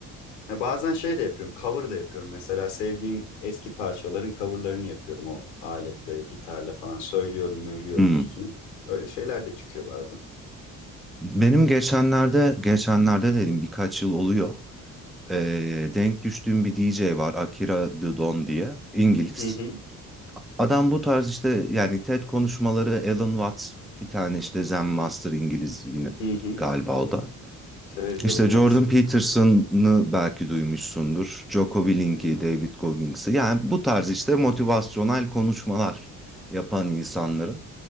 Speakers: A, on the left; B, in the centre.
A: Ya bazen şey de yapıyorum, cover da yapıyorum. Mesela sevdiğim eski parçaların coverlarını yapıyorum o aletle, gitarla falan söylüyorum, söylüyorum
B: Hmm.
A: üstüne. Öyle şeyler de çıkıyor bazen.
B: Benim geçenlerde, geçenlerde dedim birkaç yıl oluyor. Ee, denk düştüğüm bir DJ var. Akira The Don diye. İngiliz.
A: Hı hı,
B: Adam bu tarz işte yani TED konuşmaları Alan Watts bir tane işte Zen Master İngiliz yine
A: hı hı.
B: galiba o da.
A: Severiz
B: İşte
A: Alan Watts'ı.
B: Jordan Peterson'ı belki duymuşsundur. Jocko Willink'i,
A: Duydum.
B: David Goggins'i. Yani bu tarz işte motivasyonel konuşmalar yapan insanların